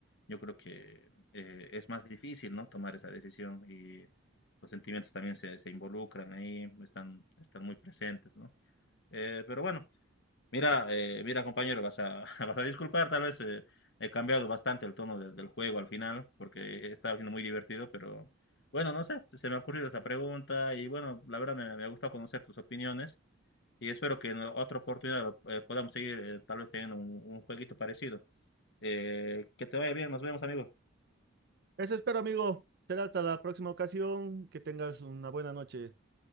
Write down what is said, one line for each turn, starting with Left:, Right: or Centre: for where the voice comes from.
Left: yo creo que eh, es más difícil, ¿no? Tomar esa decisión y los sentimientos también se, se involucran ahí, están, están muy presentes, ¿no? Eh, pero bueno, Mira, eh, mira compañero, vas a, <laughs> vas a disculpar, tal vez eh, he cambiado bastante el tono de- del juego al final, porque estaba siendo muy divertido, pero bueno, no sé, se me ha ocurrido esa pregunta y bueno, la verdad me, me ha gustado conocer tus opiniones y espero que en otra oportunidad eh, podamos seguir eh, tal vez teniendo un, un jueguito parecido. Eh, que te vaya bien, nos vemos, amigo.
Right: Eso espero, amigo. Será hasta la próxima ocasión. Que tengas una buena noche.